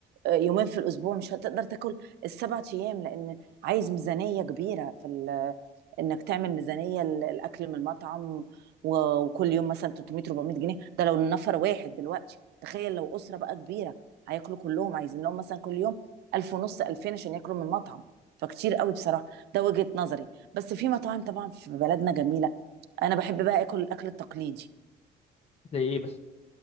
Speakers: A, on the right; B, on the left.
A: آه، يومين في الأسبوع مش هتقدر تاكل السبعة أيام لأن عايز ميزانية كبيرة في ال- انك تعمل ميزانيه ل- الاكل من المطعم و- وكل يوم مثلا 300 400 جنيه ده لو النفر واحد دلوقتي تخيل لو اسره بقى كبيره هياكلوا كلهم عايزين لهم مثلا كل يوم 1000 ونص 2000 عشان ياكلوا من المطعم فكتير قوي بصراحه ده وجهه نظري بس في مطاعم طبعا في بلدنا جميله انا بحب بقى اكل الاكل التقليدي
B: زي ايه مثلا